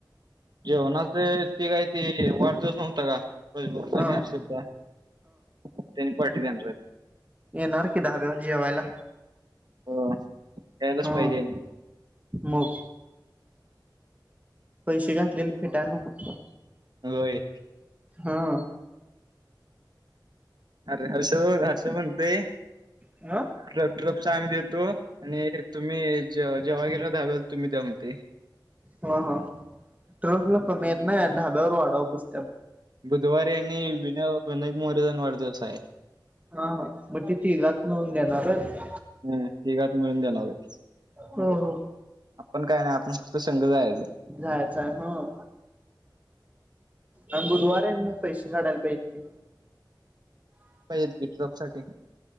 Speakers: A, on the right; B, on the right.
A: जेवणाच ते काय. ते वाढदिवस नव्हता का रजमुखचा
B: ह
A: आणि हर्षदचा त्यांनी पार्टी देणार.
B: एनार की धाब्यावर जेवायला.
A: होय यायलाच
B: ह
A: पाहिजे.
B: मग पैसे घातलेले फिटायला नको.
A: होय
B: हा
A: अरे हर्ष हर्ष म्हणतय
B: ह
A: ट्रपचा आम्ही देतो आणि तुम्ही जेव्हा गेल दधहावे्याला तुम्ही दऊन ते
B: ह हा ट्रफला पमी येत ना ढाब्यावर वाढावं बसते
A: बुधवारी यांनी विनय विनायक मोरेचा अणि वाढदिवस आहे.
B: हा हा मग तिथघात नऊन घेणार आहे
A: हम्म तिघात मिळून देणार आहेत.
B: हम् हम्
A: आपण काय नाही आपण फक्त संघ जायचं.
B: जायचंय न्हव. मंग बुधवार मग पैसे काढायला पाहिजेत की.
A: पाहिजेत गी ट्रप साठी